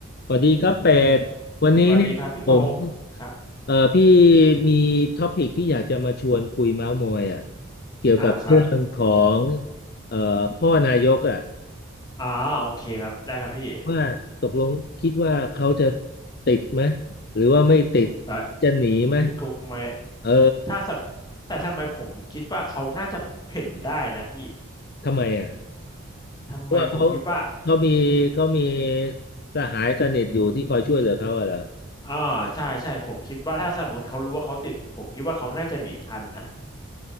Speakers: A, on the left; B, on the left.
A: สวัสดีครับเป็ดวันนี้เนี่ยผม
B: สวัสดีครับพี่พงศ์ครับ
A: เอ่อพี่มีท็อปิกที่อยากจะมาชวนคุยเม้าท์มอยอ่ะเกี่ยวกับเรื่องของ
B: อ่าครับ
A: เอ่อพ่อนายกอ่ะ
B: อ่าโอเคครับได้ครับพี่
A: ว่าตกลงคิดว่าเขาจะติดไหมหรือว่าไม่ติด
B: แล้
A: จะหนีไหม
B: ติดคุกไหม
A: เออ
B: ถ้าสำแต่ทำไมผมคิดว่าเขาน่าจะเห็นได้นะพี่
A: ทำไมอ่ะ
B: ทำไมผมคิดว่า
A: เพราะว่าเขาเขามีเขามีสหายสนิทอยู่ที่คอยช่วยเหลือเขาอ่ะเหรอ
B: อ่าใช่ใช่ผมคิดว่าถ้าสมมติเขารู้ว่าเขาติดผมคิดว่าเขาน่าจะหนีทันนะ